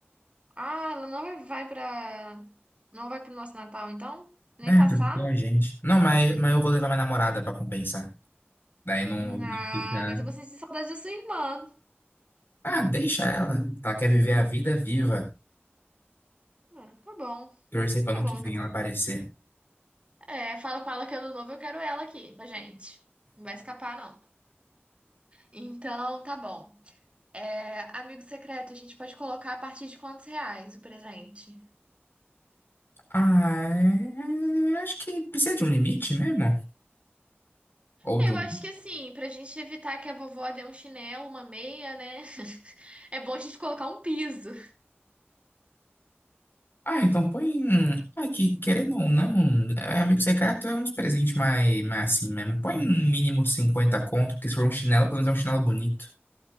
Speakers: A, on the right; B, on the left.
A: ah, ela não vai vai pra. Não vai pro nosso Natal, então? Nem
B: É,
A: passar?
B: tranquilo, a gente. Não, mas, mas eu vou levar minha namorada pra compensar. Daí não,
A: Ah,
B: não fica.
A: mas eu vou sentir saudade da sua irmã.
B: Ah, deixa ela. Tá, quer viver a vida viva.
A: Ah, tá bom,
B: Torcer pra
A: tá
B: não
A: bom
B: que vem
A: então.
B: ela aparecer.
A: É, fala com ela que ano novo eu quero ela aqui com a gente. Não vai escapar, não. Então, tá bom. É, amigo secreto, a gente pode colocar a partir de quantos reais o presente?
B: Ah, é... acho que precisa de um limite mesmo. Ou
A: É,
B: de
A: Eu
B: um.
A: acho que assim, pra gente evitar que a vovó dê um chinelo, uma meia, né? <laughs> É bom a gente colocar um piso.
B: Ah, então põe. um- Ah, que querendo ou não, é, amigo secreto é uns presentes mais, mais assim mesmo. Põe um mínimo de 50 conto, porque se for um chinelo, pelo menos é um chinelo bonito.